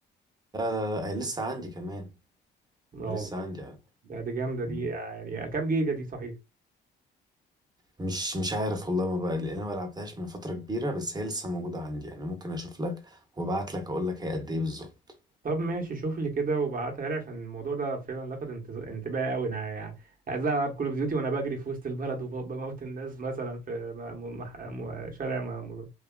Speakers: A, on the right; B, on the right.
A: لا لا لا هي لسه عندي كمان
B: لا
A: لسه
B: والله
A: عندي يعني
B: ده دي جامده دي
A: مم.
B: يعني كام جيجا دي صحيح
A: مش مش عارف والله ما بقى لان انا ما لعبتهاش من فتره كبيره بس هي لسه موجوده عندي يعني ممكن اشوف لك وابعت لك اقول لك هي قد ايه بالظبط
B: طب ماشي شوف لي كده وبعتها لي عشان الموضوع ده فعلا لفت انت- انتباهي قوي انا يعني عايز العب كول اوف ديوتي وانا بجري في وسط البلد وبموت الناس مثلا في م- مح- م- شارع م-